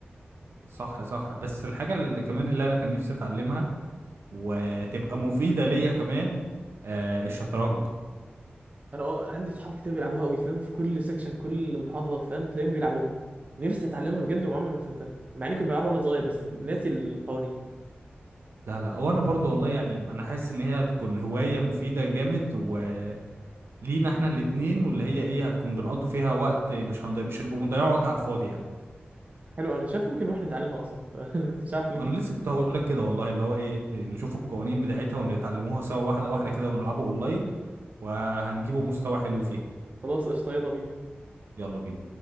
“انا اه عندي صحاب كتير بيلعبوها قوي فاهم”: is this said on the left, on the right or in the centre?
Right